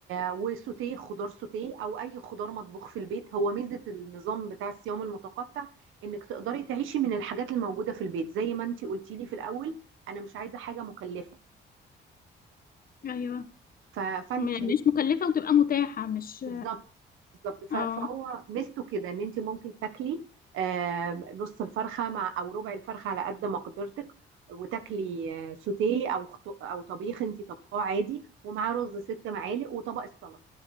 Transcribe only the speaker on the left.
ايوه
م- يعني مش مكلفه وتبقى متاحه مش
اه